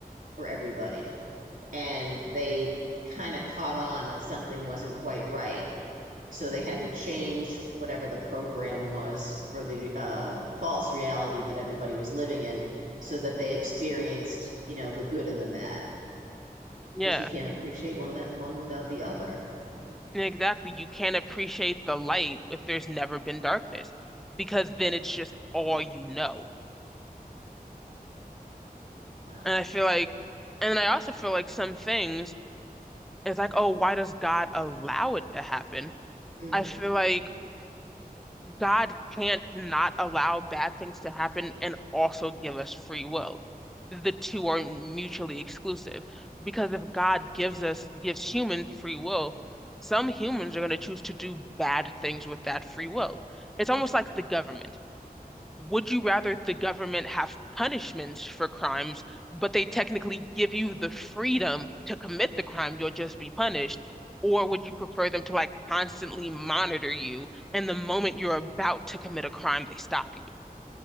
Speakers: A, on the right; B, in the centre.
A: for everybody. And they kind of caught on that something wasn't quite right. So they had to change whatever the program was for the uh, false reality that everybody was living in, so that they experienced, you know, the good and the bad,
B: Yeah.
A: because you can't appreciate one without one without the other.
B: And exactly, you can't appreciate the light if there's never been darkness, because then it's just all you know.
A: Wow.
B: And I feel like, and I also feel like some things, it's like, oh, why does God allow it to happen?
A: Mm.
B: I feel like God can't not allow bad things to happen and also give us free will. The two are mutually exclusive because if God gives us, gives humans free will, some humans are going to choose to do bad things with that free will. It's almost like the government would you rather the government have punishments for crimes, but they technically give you the freedom to commit the crime, you'll just be punished? Or would you prefer them to like constantly monitor you and the moment you're about to commit a crime, they stop you?